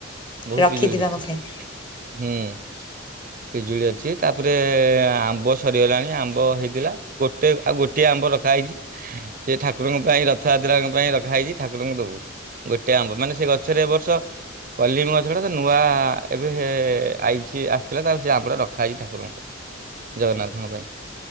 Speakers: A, on the right; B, on the left.
A: ବହୁତ
B: ରଖିଥିବେ
A: ବିଜୁଳି ହେଇଛି
B: ଆମ ପାଇଁ।
A: ହୁଁ। ପିଜୁଳି ଅଛି ତାପରେ ଆମ୍ବ ସରିଗଲାଣି ଆମ୍ବ ଆମ୍ବ ହେଇଥିଲା ଗୋଟେ ଆଉ ଗୋଟିଏ ଆମ୍ବ ରଖା ହେଇଛି ସେ ଠାକୁରଙ୍କ ପାଇଁ ରଥଯାତ୍ରା ଙ୍କ ପାଇଁ ରଖା ଆାଇଛି ଠାକୁରଙ୍କୁ ଦବୁ। ଗୋଟେ ଆମ୍ବ ମାନେ ସେ ଗଛରେ ଏବ ବର୍ଷ କଲିମ ଗଛଡା ତ ନୂଆ ଏବେ ଆଇଛି। ସିଏ ଆସିଥିଲା ତା ସିଏ ଆମ ଟା ରଖା ହେଇଛି ଠାକୁରଙ୍କ ପାଇଁ ଜଗନ୍ନାଥଙ୍କ ପାଇଁ।